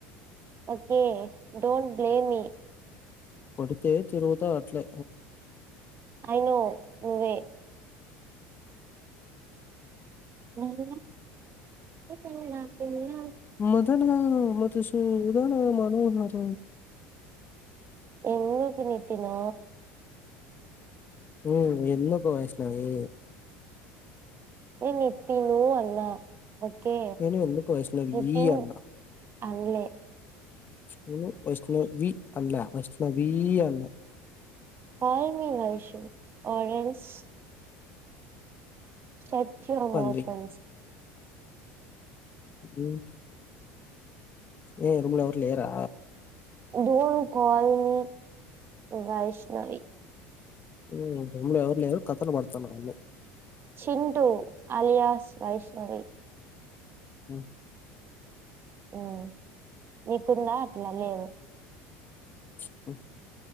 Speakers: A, on the right; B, on the left.
A: okay don't blame me
B: కొడ్తే తిరుగుతావు అట్లే
A: ఐ నో నువ్వే నందనా ఏ తెల్లా పిల్లా
B: మధన మధు సూదన మనోహర
A: పోకు నీ తినా
B: ఏ ఎందుకు వైష్ణవీ?
A: ఏ ని తినూ అన్నా ఓకే.
B: నేను ఎందుకు వైష్ణవీ
A: నితిన్
B: అన్నా.
A: అన్లే.
B: నేను వైష్ణ వి అన్న వైష్ణవీ అన్లే
A: call me Vaishu or else Satyam
B: పంది.
A: మోటార్స్
B: హ్ ఏ రూమ్ల ఎవర్ లేరా
A: డోన్ కాల్ మీ వైష్ణవి.
B: మ్ రూమ్ల ఎవర్ లేరు. కథల్ పడ్తున్నవ్ లె
A: చింటూ అలియాస్ వైష్ణవి.
B: మ్
A: మ్ నీకుందా అట్లా లేదు.
B: చిమ్ ఉ